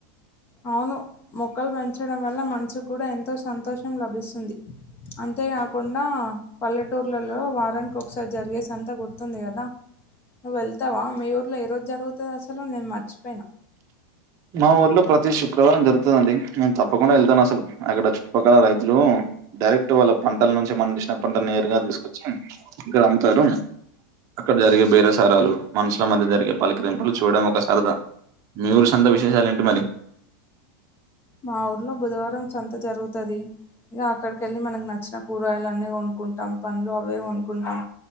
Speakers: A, on the left; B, on the right.
A: అవును మొక్కలు పెంచడం వల్ల మనసుకు కూడా ఎంతో సంతోషం లభిస్తుంది అంతేకాకుండా పల్లెటూర్లలో వారానికి ఒకసారి జరిగే సంతా గుర్తుంది కదా నువ్వు వెళ్తావా మీ ఊర్లో ఏ రోజు జరుగుతుంది అసలు నేను మర్చిపోయినా
B: మా ఊర్లో ప్రతి శుక్రవారం జరుగుతుందండి నేను తప్పకుండా వెళ్తాను అసలు అక్కడ చుపక్కల రైతులు డైరెక్ట్ వాళ్ళ పంటల నుంచి మనం ఇచ్చిన పంట నేరుగా తీసుకు వచ్చి ఇక్కడ అమ్ముతారు అక్కడ జరిగే బేరే సారాలు మనుషుల మధ్య జరిగే పలికరింపులు చూడడం ఒక సరదా మీరు సంతా విశేషాలు ఏంట మరి
A: మా ఊర్లో బుధవారం సంత జరుగుతది ఇంక అక్కడికిళ్ళి మనకు నచ్చిన కూరగాయలు అన్న కొంనుక్కుంటాం పనులు అవే కొంక్కుంటాం